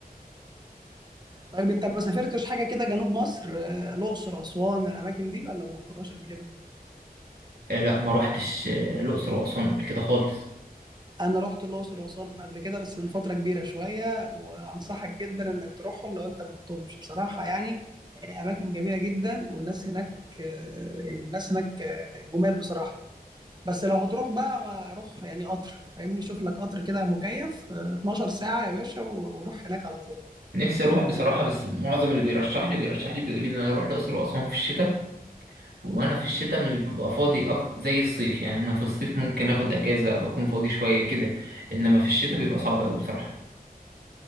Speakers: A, on the right (about 25°); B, on the right (about 80°).
A: طيب انت ما سافرتش حاجه كده جنوب مصر آه، الاقصر اسوان الاماكن دي ولا ما رحتهاش قبل كده
B: آه، لا ما روحتش آه، الاقصر واسوان قبل كده خالص
A: انا رحت الاقصر واسوان قبل كده بس من فتره كبيره شويه وانصحك جدا انك تروحهم لو انت ما رحتهمش بصراحه يعني آه، اماكن جميله جدا والناس هناك آه، يعني الناس هناك آه، جمال بصراحه بس لو هتروح بقى روح يعني قطر فاهمني شوف لك قطر كده مكيف آه، 12 ساعة يا باشا و- وروح هناك على طول
B: نفسي اروح بصراحه بس معظم اللي بيرشح لي بيرشح لي بيقول لي ان انا اروح الاقصر واسوان في الشتاء وانا في الشتاء مش ببقى فاضي اكتر زي الصيف يعني انا في الصيف ممكن اخد اجازه بكون فاضي شويه كده انما في الشتاء بيبقى صعب قوي بصراحه